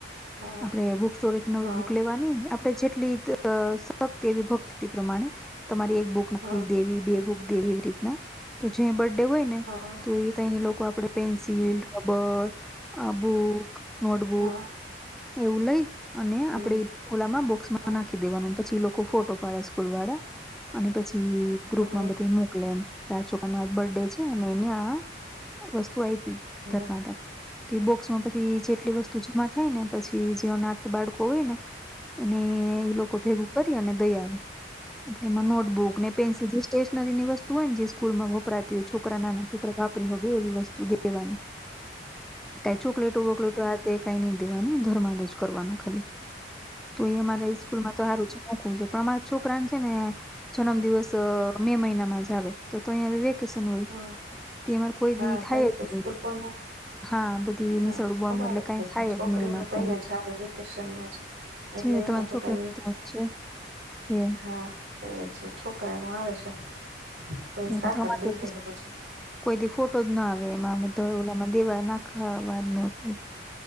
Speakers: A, on the right; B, in the centre.
A: હા
B: આપણે બુક સ્ટોરેથી નવી
A: હા
B: બુક લેવાની આપડે જેટલી અ સક્ત એવી ભક્તિ પ્રમાણે તમારી એક બુક
A: હા
B: નાખવી દેવી બે બુક એવી રીતના તો જે બર્થડે હોય ને
A: હા
B: તો એ અ લોકો આપડે પેન્સિલ રબર આ બુક નોટબુક
A: હા
B: એવું લઈ અને
A: હમ
B: આપડે ઓલામાં બોક્સમાં
A: હા
B: નાખી દેવાનું પછી એ લોકો ફોટો પાડે સ્કૂલ વાળા અને પછી ગ્રુપમાં
A: હા હા હા હા હા હા હા
B: બધી મોકલે એમ. કે આ છોકરા ન આજ બર્થ ડે છે, અને એને આ વસ્તુ આપી
A: હા
B: ધર્માદા. તે બોક્સ માં પછી જેટલી વસ્તુ છે માં થાય ને પછી જીવનાર્થ બાળકો હોય ને એને એ લોકો ભેગું કરી અને દઈ આવે. એટલે એમાં નોટબુક ને પેન્સિલ જે સ્ટેશનરીની વસ્તુ હોય જે સ્કૂલમાં વપરાતી હોય છોકરા નાના છોકરા. વાપરી હો ગ એવી વસ્તુ દેવાની. કઈ ચોકલેટો વોકલેટો. તે કઈ નઈ દેવાનું ધર્માદ જ કરવાનું ખાલી તો એ અમારા સ્કૂલમાં તો સારું છે. મોખું છે પણ અમા છોકરાને છે ને. જન્મ દિવસ મે મહિનામાં જ આવે. તો તો અહીં હ વેકેશન હોય.
A: હા
B: તેમાંર કોઈ
A: હા
B: દી થાય
A: ત તો
B: જ
A: સ્કૂલ
B: નહી.
A: બને
B: હા બધી
A: હા
B: નિસળું બંધ
A: અમારે
B: એટલે કઈ થાય
A: છોકરી
B: જ નહી અમારે
A: ન તં
B: ત અયા.
A: જ આવે વેકેશનમાં જ એટલે
B: જે
A: એમાં
B: તમારી
A: તો
B: છોકરી
A: કઈ
B: છે. છે
A: હા અહી છે છોકરાનું આવે છે. તો
B: છે.
A: સાકર
B: અમારે
A: દઈ.
B: તો
A: દે પછી
B: કોઈ ફોટો જ ના આવે એમાંમે તો ઓલામાં દેવા નાખા વાર ન થાય.